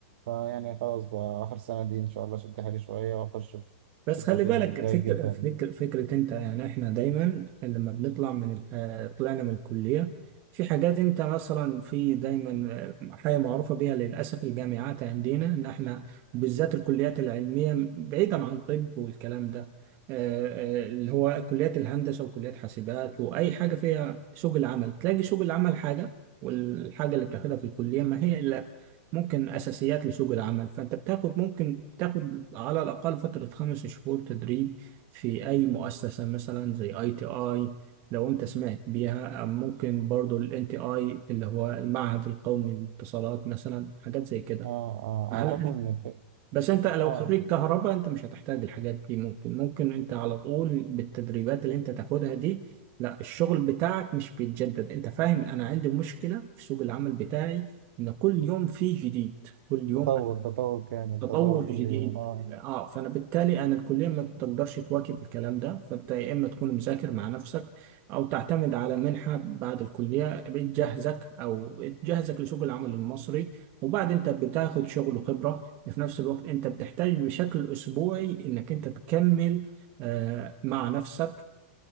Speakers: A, on the right; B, on the right.
A: فيعني خلاص بقى آخر سنة دي إن شاء الله شد حيلي شوية وأخش في
B: بس
A: في تقدير
B: خلي بالك
A: جيد
B: فكر
A: جدا
B: فكر فكرة انت يعني احنا دايما لما بنطلع من الح... طلعنا من الكلية في حاجات انت مثلا في دايما حاجة معروفة بيها للأسف الجامعات عندنا ان احنا بالذات الكليات العلمية بعيدا عن طب والكلام ده آه، آه، اللي هو كليات الهندسة وكليات حاسبات وأي حاجة فيها سوق العمل تلاقي سوق العمل حاجة والحاجة اللي بتاخدها في الكلية ما هي إلا ممكن أساسيات لسوق العمل فأنت بتاخد ممكن تاخد على الأقل فترة خمس شهور تدريب في أي مؤسسة مثلا زي أي تي آي لو أنت سمعت بيها أو ممكن برضو ال NTI اللي هو المعهد القومي للاتصالات مثلا حاجات زي كده
A: آه آه
B: هل
A: أعتقد إن في
B: بس انت لو
A: آه
B: خريج كهرباء انت مش هتحتاج الحاجات دي ممكن ممكن انت على طول بالتدريبات اللي انت تاخدها دي لا الشغل بتاعك مش بيتجدد انت فاهم انا عندي مشكلة في سوق العمل بتاعي ان كل يوم فيه جديد كل يوم
A: تطور تطور كامل
B: تطور
A: تطور
B: جديد
A: كل يوم آه
B: اه فانا بالتالي انا الكليه ما تقدرش تواكب الكلام ده فانت يا اما تكون مذاكر مع نفسك او تعتمد على منحه بعد الكليه بتجهزك او بتجهزك لسوق العمل المصري وبعد انت بتاخد شغل وخبره في نفس الوقت انت بتحتاج بشكل اسبوعي انك انت تكمل آه مع نفسك